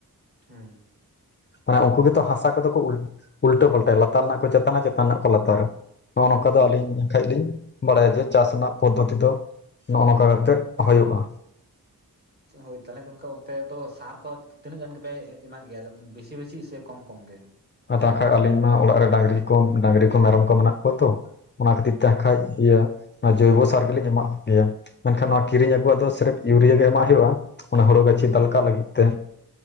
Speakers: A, on the right; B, on the left.
A: ᱦᱩᱸ᱾
B: ᱢᱟᱱᱮ ᱩᱱᱠᱩ ᱜᱮᱛᱚ ᱦᱟᱥᱟ ᱠᱚᱫᱚ ᱠᱚ ᱩᱞ ᱩᱞᱴᱟᱹ ᱯᱟᱞᱴᱟᱭᱟ᱾ ᱞᱟᱛᱟᱨ ᱨᱮᱱᱟᱜ ᱠᱚ ᱪᱮᱛᱟᱱᱟ ᱪᱮᱛᱟᱱ ᱨᱮᱱᱟᱜ ᱠᱚ ᱞᱟᱛᱟᱨᱟ᱾ ᱱᱚᱜᱼᱚᱭ
A: ᱮᱠᱫᱚᱢ
B: ᱱᱚᱝᱠᱟ ᱫᱚ ᱟᱹᱞᱤᱧ
A: ᱮᱠᱫᱚᱢ
B: ᱠᱷᱟᱡ ᱞᱤᱧ ᱵᱟᱲᱟᱭᱟ ᱡᱮ ᱪᱟᱥ ᱨᱮᱱᱟᱜ ᱯᱚᱫᱽᱫᱷᱚᱛᱤ ᱫᱚ ᱱᱚᱜᱼᱚᱭ ᱱᱚᱝᱠᱟ ᱠᱟᱛᱮᱜ ᱦᱩᱭᱩᱜᱼᱟ᱾
A: ᱦᱳᱭ ᱛᱟᱦᱚᱞᱮ ᱜᱚᱢᱠᱮ ᱚᱱᱛᱮ ᱫᱚ ᱥᱟᱨ ᱠᱚ ᱛᱤᱱᱟᱹᱜ ᱜᱟᱱ ᱜᱮᱯᱮ ᱮᱢᱟᱜ ᱜᱮᱭᱟ᱾ ᱵᱮᱥᱤ ᱵᱮᱥᱤ ᱥᱮ ᱠᱚᱢ ᱠᱚᱢ ᱜᱮ?
B: ᱛᱟᱠᱷᱟᱡ ᱫᱚ ᱟᱹᱞᱤᱧ ᱢᱟ ᱚᱲᱟᱜ ᱨᱮ ᱰᱟᱝᱨᱤ ᱠᱚ ᱢᱮᱨᱚᱢ ᱠᱚ ᱢᱮᱱᱟᱜ ᱠᱚᱣᱟ ᱛᱚ᱾ ᱚᱱᱟ ᱠᱷᱟᱹᱛᱤᱨ ᱛᱮ ᱠᱷᱟᱡ ᱤᱭᱟᱹ ᱚᱱᱟ ᱡᱚᱭᱵᱚᱥᱟᱨ ᱜᱮᱞᱤᱧ ᱮᱟᱜ ᱜᱮᱭᱟ᱾ ᱢᱮᱱᱠᱷᱟᱱ ᱱᱚᱣᱟ ᱠᱤᱨᱤᱧ ᱟᱹᱜᱩᱣᱟᱜ ᱫᱚ ᱥᱤᱨᱤᱯ ᱤᱭᱩᱨᱤᱭᱟ ᱜᱮ ᱮᱢᱟᱜ ᱦᱩᱭᱩᱜᱼᱟ᱾ ᱚᱱᱟ ᱦᱩᱲᱩ ᱜᱟᱹᱪᱷᱤ ᱫᱟᱞᱠᱟᱜ ᱞᱟᱹᱜᱤᱫ ᱛᱮ᱾